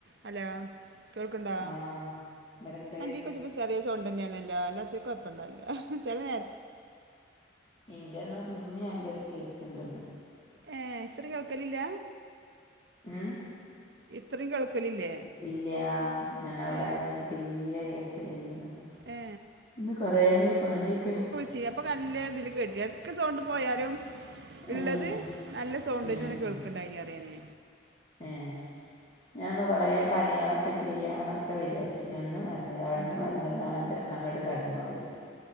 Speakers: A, on the right (about 60°); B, on the left (about 30°).
A: Hello കേൾക്ക്ണ്ടാ
B: ആഹ് ഇവിടെണ്ട്
A: അൻ്റീ കൊച്ച് ബിസ് ചെറിയ സൗണ്ടന്നേണെല്ലോ അല്ലാത്തെ കൊഴപ്പണ്ടാവില്ലാഹ് ചെല നേ
B: ഇന്റെന്നാ പിന്നി അന്റെത് കേക്ക്ണ്ട്ന്ന്.
A: ഏഹ് ഇത്രി കേൾക്കലില്ല
B: ഉം
A: ഇത്രി കേൾക്കലില്ലേ?
B: ഇല്ല്യാ ഞാനവിടായിന്യന്നു
A: ഏ
B: തീരെ കേക്കലില്ലാ
A: ഏ
B: ഇന്ന് കൊറെ പണിയൊക്കെ
A: ചിയാ പ്പൊ കല്ലെ തില് കേട്ടിനി എട്ക്ക് സോണ്ട് പോയാലും ഇള്ളത്
B: ആഹ്
A: നല്ല സൗണ്ട്ന്നെന്നെ
B: ഉം ഉം
A: കേൾക്കണ്ടായ്നിറ്യാ ഞാനെ
B: ഏഹ് ഞാന്ന് കൊറേ പണികളൊക്കെ ചെയ്യാ ന്നൊക്കെ വിചാര് ഇച്ചിന് ഒന്നും നടന്നില്ല അവിടുന്ന്
A: എന്നിട്ടാ
B: വന്നങ്ങാണ്ട് അങ്ങട്ട് കടന്നുറങ്ങി